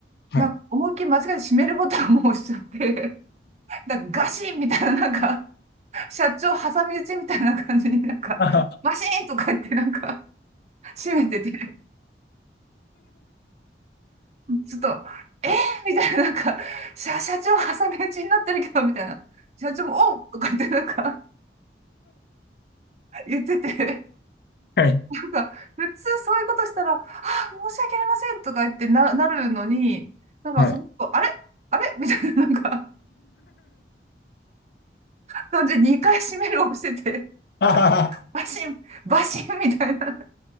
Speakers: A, on the left; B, on the right.
A: はい。
B: なんか、思いっきり間違えて閉めるボタンを押しちゃって、<laughs> なんかガシンみたいな、なんか、社長挟み撃ちみたいな感じになんか、
A: あはは
B: バシーンとか言ってなんか、閉めてて、ちょっと、えー、みたいな、なんか、社、社長挟み撃ちになってるけど、みたいな。社長も、おうとか言ってなんか、言ってて、
A: はい。
B: なんか、普通そういうことしたら、あ、申し訳ありませんとか言ってな、なるのに、なんかその子、
A: はい。
B: あれあれみたいな、<laughs> なんか、感じで2回閉めるをしてて、
A: あはは
B: バシン、バシンみたいな、<laughs>